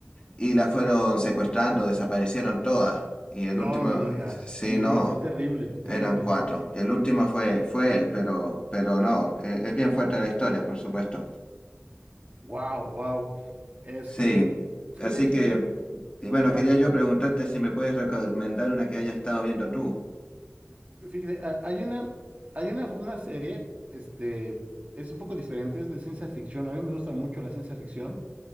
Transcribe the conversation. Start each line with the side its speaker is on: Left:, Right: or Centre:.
Left: y la fueron secuestrando, desaparecieron todas. Y el
Right: No
Left: último,
Right: me digas,
Left: eh, sí,
Right: no me
Left: no.
Right: digas, qué terrible, qué terrible.
Left: Eran cuatro. Y el último fue, fue él, pero, pero no, eh, es bien fuerte la historia, por supuesto.
Right: Wow, wow. Este,
Left: Sí,
Right: fí-
Left: así
Right: fí- fíjate,
Left: que, que, bueno,
Right: ajá.
Left: quería yo preguntarte
Right: <laughs>
Left: si me puedes recomendar una que hayas estado viendo tú.
Right: Fíjate, ha- hay una, hay una, una serie, este, es un poco diferente, es de ciencia ficción. A mí me gusta mucho la ciencia ficción.